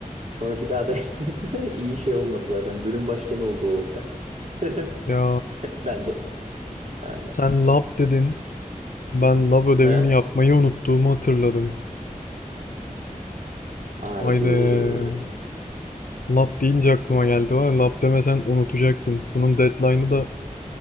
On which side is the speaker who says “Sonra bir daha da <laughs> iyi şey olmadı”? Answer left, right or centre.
Right